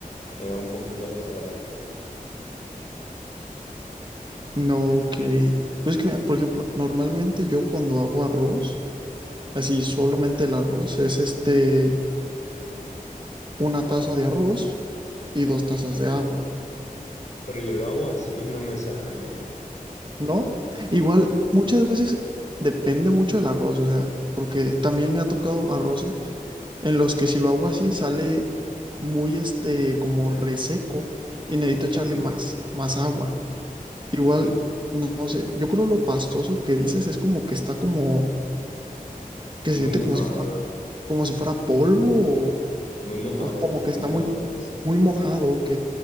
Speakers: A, on the left (about 55°); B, on the right (about 30°).
A: es un poquito desagradable.
B: No que, pues es que mira, por ejemplo, normalmente yo cuando hago arroz, así solamente el arroz, es este, una taza de arroz y dos tazas de agua.
A: Pero yo lo hago así, no me sale.
B: No, igual muchas veces depende mucho del arroz, o sea, porque también me ha tocado arroces en los que si lo hago así sale muy este como reseco y necesito
A: Ok,
B: echarle más, más agua. Igual,
A: ok.
B: no, no sé, yo creo lo pastoso que dices es como que está como, que se
A: Muy
B: siente
A: mojado,
B: como si fuera, como si fuera polvo o,
A: muy mojado,
B: o como que
A: muy
B: está
A: mojado,
B: muy,
A: sí.
B: muy mojado, ok.